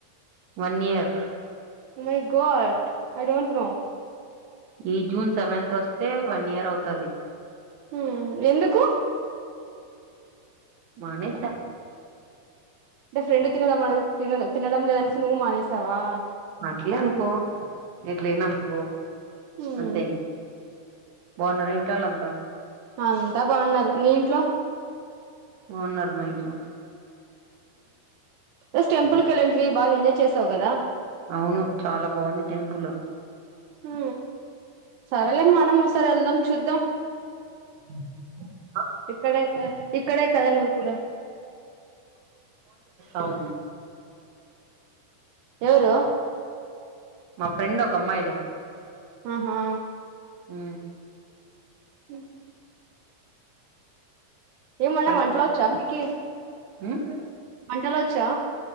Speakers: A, on the right (about 65°); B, on the right (about 75°).
A: one year
B: oh my god I don't know
A: ఈ జూన్ సెవెన్త్ వస్తే వన్ ఇయర్ అవుతాది
B: హమ్ ఎందుకు
A: మానేస
B: అంటే మీ ఫ్రెండ్ తినడం త తినడం లేదని నువ్వు మానేస్తావా.
A: అట్లే అనుకో ఎట్లయిన అనుకో
B: మ్మ్
A: అంతేం బాన్నర ఇంట్లాాల అంతా
B: అంతా బాగున్నారు మీ ఇంట్లో
A: బాగున్నారు మా ఇంట్లో
B: హస్ టెంపుల్ కలిండవి బాగా ఎంజాయ్ చేసావ్ కదా.
A: అవును చాలా బాగుంది టెంపు లో
B: హ సరేలే మనం ఒకసారి వెళ్దాం చూద్దాం
A: <inaudible>
B: ఇక్కడే ఇక్కడే కదా నువ్వు కూడా
A: అవును
B: ఎవరు
A: మా ఫ్రెం ఒక క అమ్మాయిలే.
B: ఆహా
A: హ
B: హ <inaudible> ఏమన్నా
A: చెప్పండి
B: వంంటలో వచ్చా మీకు
A: ఉమ్
B: ఇటు వెళ్లొచ్చా